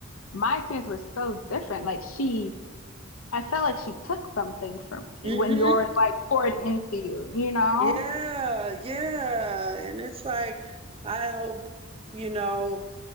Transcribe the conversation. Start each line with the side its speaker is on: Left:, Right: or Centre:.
Left: my experience was so different. Like she I felt like she took something from me
Right: Mm-hmm.
Left: when yours like poured into you, you know?
Right: Yeah, yeah. And it's like, I hope, you know.